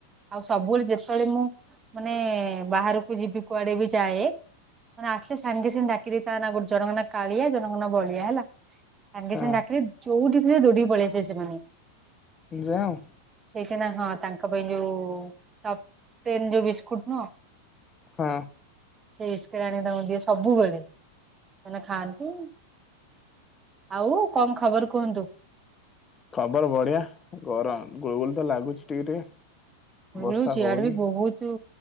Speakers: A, on the right; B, on the left.
A: ଆଉ ସବୁବେଳେ ଯେତେବେଳେ ମୁଁ ମାନେ ବାହାରକୁ ଯିବି କୁଆଡେ ବି ଯାଏ ମାନେ ଆସେ ସାଙ୍ଗ ସାଙ୍ଗେ ଡାକି ଦେଇ ତା ନାଁ ଗୋଟ ଜରଙ୍କ ନା କାଳିଆ ଜଣଙ୍କ ନା ବଳିଆ ହେଲା। ସାଙ୍ଗେ
B: ହଁ
A: ସାଙ୍ଗେ ଡାକି ଦେବି ଯୋଉଠି ଥିବେ ଦୌଡିିକି ପଳେଇ ଆସିବେ ସେମାନେ।
B: ଯା ଆଉ
A: ସେଇଥି ନା ହଁ ତାଙ୍କ ପାଇଁ ଯୋଉ ଟପ୍ ଟେନ୍ ଯୋଉ ବିସ୍କୁଟ୍ ନୁହଁ
B: ହଁ।
A: ସେ ବିସ୍କିଟ୍ ଆଣିକି ତାଙ୍କୁ ଦିଏ ସବୁବେଳେ, ସେମାନେ ଖାଆନ୍ତି। ଆଉ କଣ ଖବର କୁହନ୍ତୁ?
B: ଖବର ବଢିଆ, ଗରମ ଗୁଳୁଗୁଳି ତ ଲାଗୁଛି ଟିକେ ଟିକେ।
A: ଗୁଳୁଗୁଳୁ
B: ବର୍ଷା
A: ହଉଛିି
B: ହଉନି
A: ଇଆଡେ ବି ବହୁତୁ